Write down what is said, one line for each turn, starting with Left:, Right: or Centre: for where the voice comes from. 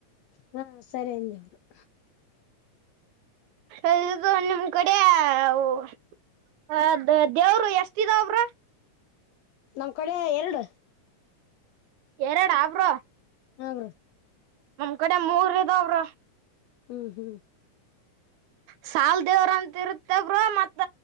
Left: ಹಾ ಸರಿ ಅಂದ್ <unintelligible>
Right: ಎ ಇದು ನಿಮ್ ಕಡೆ ಯವ್ ಹ ದ ದೇವ್ರು ಎಷ್ಟಿದಾವ್ ಬ್ರೋ
Left: ನಮ್ ಕಡೆ ಎರಡು.
Right: ಎರಡಾ ಬ್ರೋ
Left: ಹ ಬ್ರೋ
Right: ನಮ್ ಕಡೆ ಮೂರ್ ಇದಾವ್ ಬ್ರೋ.
Left: ಹ್ಮ್ ಹ್ಮ್
Right: ಸಾಲ್ ದೇವ್ರ್ ಅಂತಿರುತ್ತ ಬ್ರೋ ಮತ್ತ